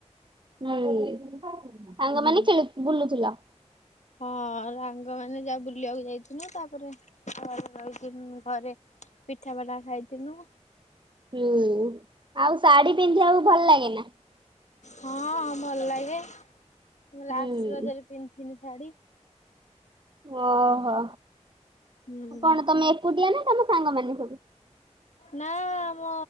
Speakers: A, on the right (about 40°); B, on the left (about 75°).
A: ହୁଁ ସାଙ୍ଗମାନେ
B: ହୁଁ
A: ଖେଳି- ବୁଲୁଥିଲ?
B: ହଁ ସାଙ୍ଗ ମାନେ ଯାହା ବୁଲିବାକୁ ଯାଇଥିଲୁ ତାପରେ <unintelligible> ଘରେ। ପିଠା ପାଟା ଖାଇଥିଲୁ।
A: ହୁଁ ଆଉ ଶାଢୀ ପିନ୍ଧିବାକୁ ଭଲ ଲାଗେ ନା?
B: ହଁ ଭଲ ଲାଗେ ମୁଁ ଲାଷ୍ଟ୍
A: ହୁଁ
B: ରଜରେ ପିନ୍ଧିଥିଲି ଶାଢୀ।
A: ଓହୋ
B: ହୁଁ।
A: କଣ ତମେ ଏକୁଟିଆ ନା ତମ ସାଙ୍ଗମାନେ ସବୁ?
B: ନା ଆମ